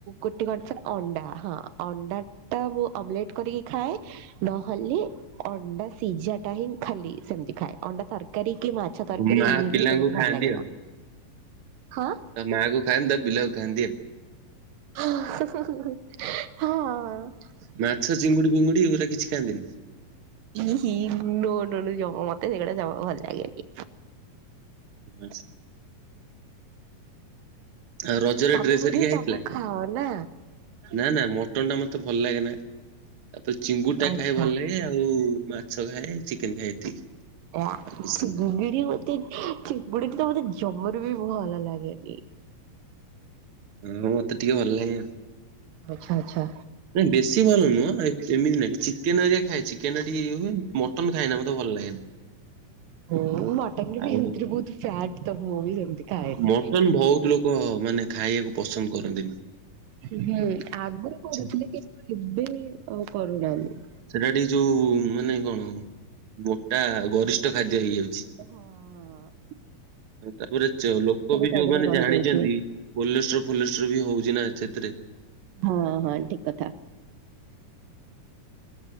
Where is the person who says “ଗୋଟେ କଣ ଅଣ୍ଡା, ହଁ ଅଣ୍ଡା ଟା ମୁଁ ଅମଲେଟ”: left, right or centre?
Right